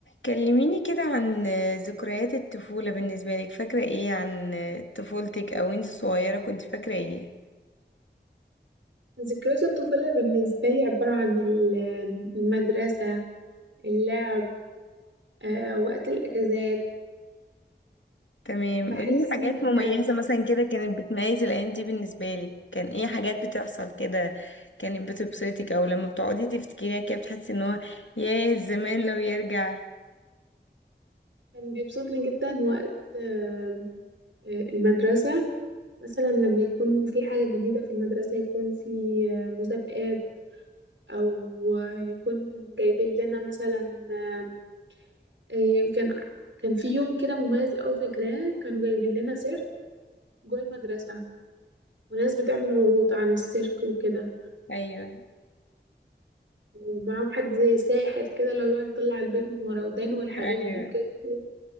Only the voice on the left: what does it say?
كلميني كده عن ذكريات الطفولة بالنسبة لك فاكرة ايه عن طفولتك او انت صغيرة كنت فاكرة ايه
تمام
قوليلي حاجات
مميزة مثلا كده كانت بتميز الايام دي بالنسبة لك كان ايه حاجات بتحصل كده كانت بتبسطك او لما بتقعدي تفتكريها كده بتحسي ان هو ياه زمان لو يرجع
ايوه
ايوه